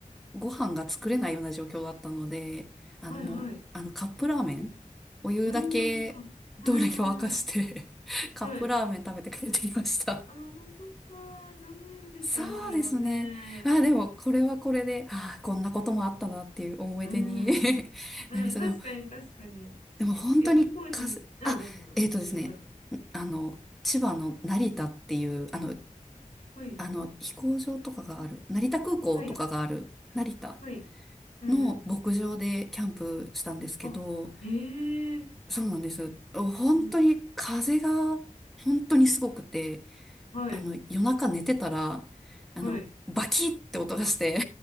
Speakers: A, in the centre; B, on the left.
A: ご飯が作れないような状況だったので、あの、
B: はい、
A: もう、
B: はい。
A: あの、カップラーメン、お湯だけ、
B: うん、そっか。
A: どれか沸かして
B: うん、うんうん
A: <laughs> カップラーメン食べて帰ってきました。
B: はい。あー、そっかうんうんうんはいああそっか残念でしたね、
A: そうですね。
B: それはね。
A: あ、でも、これはこれで、ああ、こんなこともあったなっていう思い出に
B: うん、
A: <laughs>
B: うん、
A: なりそう。
B: 確かに、
A: でも、
B: 確かに。
A: でも本当にかす、
B: え、どこに、あ、
A: あ、
B: どうぞ、どうぞ。
A: えっとですね、
B: うん、風。
A: あの、千葉の成田っていう、あの、
B: はい、
A: あの、飛行場とかがある、成田空港とかがある、
B: はい。
A: 成田
B: はい。うんうん。
A: の牧場でキャンプしたんですけど、
B: あ、へえ。
A: そうなんです。本当に風が本当にすごくて、
B: うん。はい。
A: あの、夜中寝てたら、あの、
B: はい。
A: バキって音がして